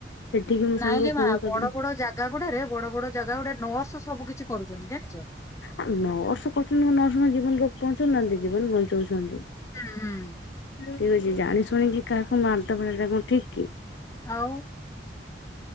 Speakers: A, on the left (about 75°); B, on the left (about 15°).
A: ସେଠିକି ମୋ
B: ନାଇଁ
A: ସାଙ୍ଗକୁ
B: ରେ
A: ଫୋନ
B: ମା
A: କଲି
B: ବଡ ବଡ ଜାଗା ଗୁଡା ରେ ବଡ ବଡ ଜାଗା ଗୁଡେ ନର୍ସ ସବୁ କିଛି କରୁଚନ୍ତି। ଜାଣିଚ?
A: ଆଉ ନର୍ସ କରୁଛନ୍ତି କଣ ନର୍ସ କଣ ଜୀବନ ବଞ୍ଚଉ ନାହାଁନ୍ତି, ଜୀବନ ବଞ୍ଚଉଚନ୍ତି।
B: ହୁଁ ହୁଁ।
A: ଠିକ ଅଛି ଜାଣି ଶୁଣିକି କାହାକୁ ମାରିଦବାଟା ସେଇଟା କଣ ଠିକ କି?
B: ଆଉ